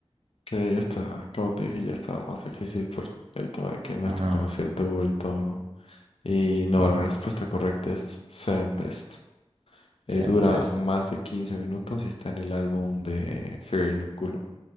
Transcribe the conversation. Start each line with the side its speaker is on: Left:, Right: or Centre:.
Left: que esta, como te dije, ya estaba más difícil por el tema de que no
Right: Ajá,
Left: es tan conocida Tool y todo, ¿no? Y no,
Right: ajá.
Left: la respuesta correcta es Tempest.
Right: Tempest,
Left: Eh, dura más de 15 minutos y está en el álbum de Fear Inoculum.